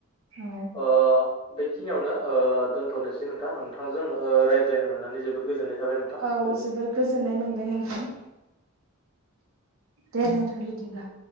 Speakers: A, on the right (about 65°); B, on the left (about 25°).
A: औ
B: ओ बेखिनियावनो ओ दोनथ'नोसै नोंथां नोंथांजों रायज्लायनो मोननानै जोबोर गोजोननाय थाबाय नोंथां
A: औ
B: गोजोन्थों
A: जोबोद गोजोननाय मोनबाय नोंथां। दे नोंथां बिदिब्ला